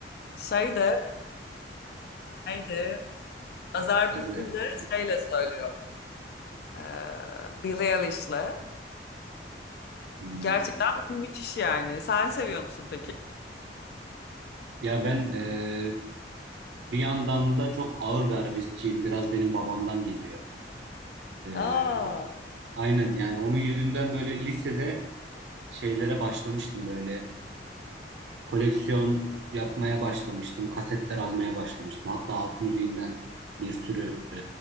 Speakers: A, on the left (about 60°); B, on the right (about 75°).
A: Şey de neydi? Azer
B: Azerbaycan.
A: Bülbül de şeyle söylüyor. Ee, Billie Eilish'le.
B: Hmm.
A: Gerçekten mü- müthiş yani. Sen seviyor musun peki?
B: Ya ben e, bir yandan da çok ağır bir arabeskçiyim. Biraz benim babamdan geliyor. E,
A: Aa.
B: aynen yani onun yüzünden böyle lisede şeylere başlamıştım böyle. Koleksiyon yapmaya başlamıştım. Kasetler almaya başlamıştım. Hatta halk müziğinden bir sürü e,